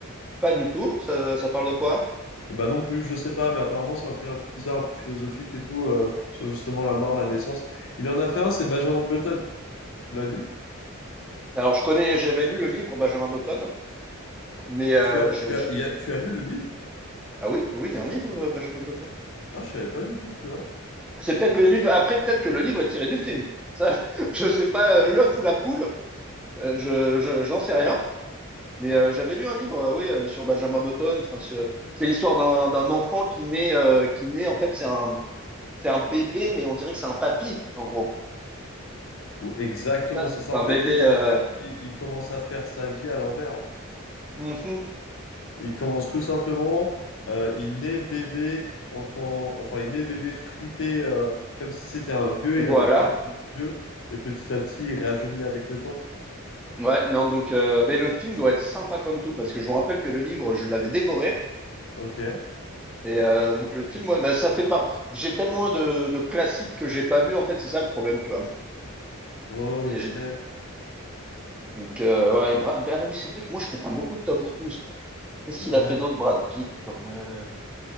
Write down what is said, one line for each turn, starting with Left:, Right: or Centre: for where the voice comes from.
Centre: Pas du tout, ça, ça parle de quoi?
Left: Bah non plus, je sais pas, mais apparemment, c'est un film un peu bizarre, un peu philosophique et tout, euh, sur justement la mort, la naissance. Il en a fait un, c'est Benjamin Button. Tu l'as vu?
Centre: Alors, je connais, j'avais lu le livre Benjamin Button, mais euh,
Left: Tu as,
Centre: je,
Left: tu as,
Centre: je-
Left: il y a- tu as lu le livre?
Centre: ah oui, oui, il y a un livre euh, Benjamin Button.
Left: Ah, je savais pas du tout, tu vois.
Centre: C'est peut-être le livre, après, peut-être que le livre est tiré du film. Ça, <laughs> je sais pas, euh, l'œuf ou la poule, euh, je, je, je n'en sais rien. Mais euh, j'avais lu un livre, euh, oui, euh, sur Benjamin Button. Enfin, sur- c'est l'histoire d'un d'un enfant qui naît, euh, qui naît. En fait, c'est un, c'est un bébé, mais on dirait que c'est un papy, en gros.
Left: Exactement,
Centre: Ça, c'est
Left: c'est ça. En
Centre: un
Left: fait,
Centre: bébé.
Left: il,
Centre: euh,
Left: en fait, il, il commence à faire sa vie à l'envers, en fait.
Centre: mhm.
Left: Il commence tout simplement, euh, il naît bébé en tant- enfin il naît bébé fripé euh, comme si c'était un vieux,
Centre: Voilà.
Left: il a des problèmes de vieux et petit à petit il rajeunit avec le temps.
Centre: Ouais, non, donc, euh, mais le film doit être sympa comme tout, parce que je me rappelle que le livre, je l'avais dévoré.
Left: Ok,
Centre: Et euh, donc le film, ouais, bah, ça fait part. J'ai tellement de, de classiques que j'ai pas vu. En fait, c'est ça le problème, tu vois.
Left: ok,
Centre: C'est- j'ai- Donc, euh, ouais, Bra- bah, oui, c'est vrai que moi, je confonds beaucoup de Tom Cruise. Qu'est-ce
Left: ouais.
Centre: qu'il a fait d'autre, Brad Pitt, comme. euh,